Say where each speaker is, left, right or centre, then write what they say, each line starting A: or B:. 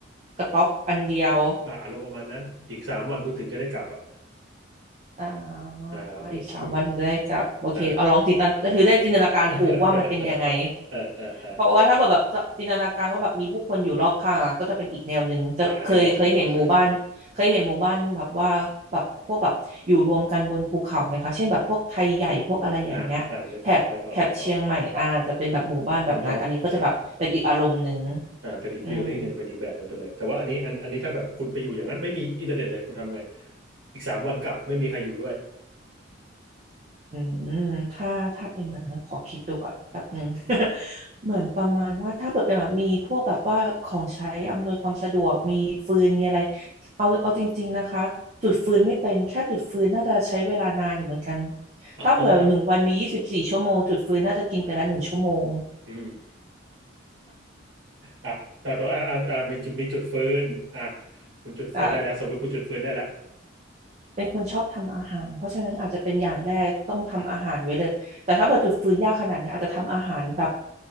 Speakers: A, on the right (about 35°); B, on the right (about 65°).
A: กระต๊อบอันเดียว
B: อ่าอารมณ์ประมาณนั้นอีกสามวันคุณถึงจะได้กลับอ่ะ
A: อ่า
B: อ่าโหคุณ
A: อีกสามวันถึงจะได้กลับโอเคเอาลองจินตนาคือได้จินตนาการถูกว่ามันเป็นยังไง
B: อ่า <laughs> เออเออเออ
A: เพราะว่าถ้าแบบแบบจินตนาการว่าแบบมีผู้คนอยู่รอบข้างอะก็จะเป็นอีกแนวหนึ่งจะเคยเคยเห็นหมู่บ้านเคยเห็นหมู่บ้านแบบว่าแบบพวกแบบอยู่รวมกันบนภูเขาไหมคะเช่นแบบพวกไทยใหญ่พวกอะไรอย่างเงี้ยแถบแถบเชียงใหม่อาจจะเป็นแบบหมู่บ้านแบบนั้นอันนี้ก็จะแบบเป็นอีกอารมณ์หนึ่ง
B: อ่านึกออกนึกออกใช่ใช่อ่าอ่านึกออกนึกออกนึกออกตอนตอนใช่อ่าเป็นอีกฟีลลิ่งหนึ่งเป็นอีกแบบหนึ่งไปเลยแต่ว่าอันนี้อันอันนี้ถ้าแบบคุณไปอยู่อย่างนั้นไม่มีอินเทอร์เน็ตเลยคุณทำไง
A: อืม
B: อีกสามวันกลับไม่มีใครอยู่ด้วย
A: อืมถ้าถ้าเป็นแบบนั้นขอคิดดูก่อนแป๊บหนึ่ง <laughs> เหมือนประมาณว่าถ้าเปิดเป็นแบบมีพวกแบบว่าของใช้อำนวยความสะดวกมีฟืนมีอะไรเอาเอาจริงๆนะคะจุดฟืนไม่เป็นแค่จุดฟืนน่าจะใช้เวลานานอยู่เหมือนกัน
B: อ๋อ
A: ถ้าเผื่อหนึ่งวันมียี่สิบสี่ชั่วโมงจุดฟืนน่าจะกินไปละหนึ่งชั่วโมง
B: <laughs> อืม อ่ะถ้าตัวอ่ะอ่ะอ่ะมีจุดมีจุดฟืนอ่ะคุณจุดฟืนได้แล้วสมมติคุณจุดฟืนได้แล้ว
A: อ่าเป็นคนชอบทำอาหารเพราะฉะนั้นอาจจะเป็นอย่างแรกต้องทำอาหารไว้เลยแต่ถ้าเปิดจุดฟืนยากขนาดเนี้ยอาจจะทำอาหารแบบ